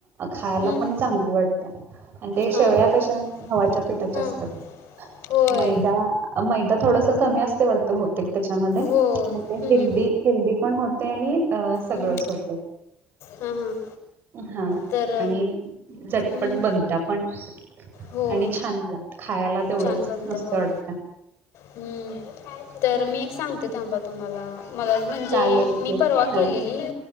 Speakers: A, on the right; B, on the left.
A: खायला
B: हम्म,
A: पण चांगली वाटते आणि ते शेवया
B: हां बरं
A: कशा हवाच्या पिठाच्या
B: हां
A: असतात
B: होय
A: मैदा मैदा थोडस कमी असते वाटतं बतेक त्याच्यामध्ये
B: हो
A: मग ते
B: हम्म,
A: हेल्दी हेल्दी पण होते आणि अ सगळंच
B: हम्म,
A: होत
B: हां हां
A: हा
B: तर
A: आणि झटपट
B: हम्म,
A: बघता पण
B: होय
A: आणि छान लागत खायला तेवढंच
B: छान बनत्या
A: मस्त
B: होय
A: वाटतं
B: हम्म तर मी एक सांगते थांबा तुम्हाला मला म्हणजे
A: चालेल
B: मी
A: की
B: परवा
A: हा
B: केलेली